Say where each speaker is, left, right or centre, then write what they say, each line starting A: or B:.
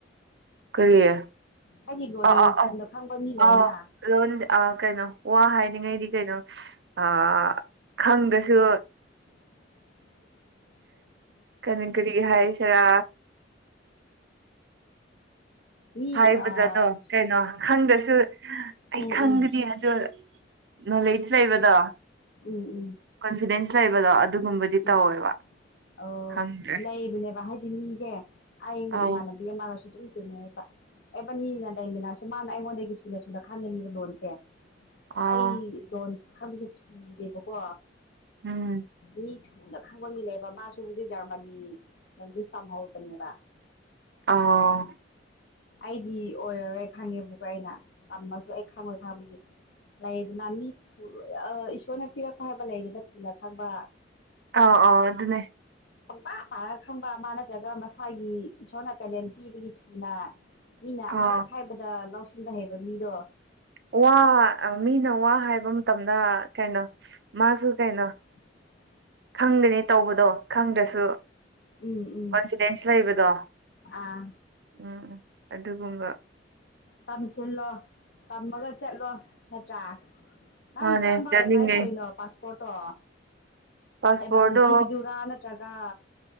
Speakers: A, on the right (about 65°); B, on the left (about 65°).
A: ꯀꯔꯤ ꯑꯥ
B: ꯍꯥꯏꯗꯤ ꯂꯣꯟ
A: ꯑꯥ ꯑꯣ
B: ꯊꯨꯅ ꯈꯪꯕ ꯃꯤ ꯂꯩꯌꯦꯅ
A: ꯑꯥꯎ ꯂꯣꯟ ꯑꯥ ꯀꯩꯅꯣ ꯋꯥ ꯍꯥꯏꯔꯤꯉꯩꯗꯤ ꯀꯩꯅꯣ ꯑꯥ ꯈꯪꯗ꯭ꯔꯁꯨ
B: <inaudible>
A: ꯀꯔꯤ ꯀꯔꯤ ꯍꯥꯏꯁꯤꯔꯥ
B: ꯃꯤ
A: ꯍꯥꯏꯕꯗꯗꯣ
B: ꯑꯥ
A: ꯀꯩꯅꯣ ꯈꯪꯗꯁꯨ ꯑꯩ
B: ꯎꯝ
A: ꯈꯪꯗ꯭ꯔꯤ
B: ꯎꯝ
A: ꯑꯗꯣ ꯅꯣꯂꯦꯖ ꯂꯩꯕꯗꯣ
B: ꯎꯝ ꯎꯝ
A: ꯀꯣꯟꯐꯤꯗꯦꯟꯁ ꯂꯩꯕꯗꯣ ꯑꯗꯨꯒꯨꯝꯕꯗꯤ
B: ꯎꯝ
A: ꯇꯧꯋꯦꯕ
B: ꯑꯣ
A: ꯈꯪꯗ꯭ꯔꯦ
B: ꯂꯩꯕꯅꯦꯕ ꯍꯥꯏꯗꯤ ꯃꯤꯁꯦ ꯑꯩꯩꯅ
A: ꯑꯧ
B: ꯏꯃꯥꯟꯅꯕꯤ ꯑꯃꯒꯁꯨ ꯑꯗꯨꯝ ꯇꯤꯟꯅꯩꯑꯦꯕ ꯑꯦꯕꯅꯤꯅ ꯂꯩꯃꯤꯅꯥꯁꯨ ꯃꯥꯅ ꯑꯩꯉꯣꯟꯗꯒꯤ ꯊꯨꯅ ꯊꯨꯅ ꯈꯪꯒꯅꯤꯕ ꯂꯣꯟꯁꯦ
A: ꯑꯥ
B: ꯑꯩ ꯂꯣꯟ ꯈꯪꯕꯁꯦ ꯊꯨꯗꯦꯕꯀꯣ
A: ꯎꯝ
B: ꯃꯤ ꯊꯨꯅ ꯈꯪꯕ ꯃꯤ ꯂꯩꯕ ꯃꯥꯁꯨ ꯍꯧꯖꯤꯛ ꯖꯔꯃꯅꯤ ꯂꯦꯡꯒ꯭ꯋꯦꯁ ꯇꯝꯍꯧꯕꯅꯦꯕ
A: ꯑꯣ
B: ꯑꯩꯗꯤ ꯑꯣꯏꯔꯔꯣꯏ ꯈꯪꯉꯦꯕꯨꯀ ꯑꯩꯅ ꯇꯝꯃꯁꯨ ꯑꯩ ꯈꯪꯉꯣꯏ ꯈꯪꯕꯒꯤ ꯂꯩꯗꯅ ꯃꯤ ꯊꯨꯅ ꯏꯁꯣꯔꯅ ꯄꯤꯔꯛꯄ ꯍꯥꯏꯗꯅ ꯂꯩꯗꯅ ꯊꯨꯅ ꯈꯪꯕ
A: ꯑꯥꯎ ꯑꯥꯎ ꯑꯗꯨꯅꯦ
B: ꯄꯪꯄꯥ ꯄꯥꯔ ꯈꯪꯕ ꯃꯥ ꯅꯠꯇ꯭ꯔꯒ ꯃꯁꯥꯒꯤ ꯏꯁꯣꯔꯅ ꯇꯦꯂꯦꯟ ꯄꯤꯕꯒꯤ ꯊꯨꯅ ꯃꯤꯅ
A: ꯑꯥ
B: ꯃꯔꯛ ꯍꯥꯏꯕꯗ ꯂꯧꯁꯤꯟꯕ ꯍꯩꯕ ꯃꯤꯗꯣ
A: ꯋꯥ ꯃꯤꯅ ꯋꯥ ꯍꯥꯏꯕ ꯃꯇꯝꯗ ꯀꯩꯅꯣ ꯃꯥꯁꯨ ꯀꯩꯅꯣ
B: <inaudible>
A: ꯈꯪꯗꯦꯅꯦ ꯇꯧꯕꯗꯣ ꯈꯪꯗ꯭ꯔꯁꯨ
B: ꯎꯝ ꯎꯝ
A: ꯀꯣꯟꯐꯤꯗꯦꯟꯁ ꯂꯩꯕꯗꯣ
B: ꯑꯥ
A: ꯎꯝ ꯎꯝ ꯑꯗꯨꯒꯨꯝꯕ
B: ꯇꯝꯁꯤꯜꯂꯣ ꯇꯝꯃꯒ ꯆꯠꯂꯣ ꯅꯠꯇ꯭ꯔꯥ ꯅꯪ
A: ꯃꯥꯅꯦ
B: ꯀꯔꯝꯕ
A: ꯆꯠꯅꯤꯡꯉꯦ
B: ꯑꯦꯄ꯭ꯂꯥꯏ ꯇꯧꯔꯤꯅꯣ ꯄꯥꯁꯄꯣꯔꯠꯇꯣ
A: ꯄꯥꯁꯄꯣꯔꯠꯇꯣ
B: ꯑꯦꯃꯥꯔꯖꯦꯟꯁꯤꯒꯤꯗꯨꯔꯥ ꯅꯠꯇ꯭ꯔꯒ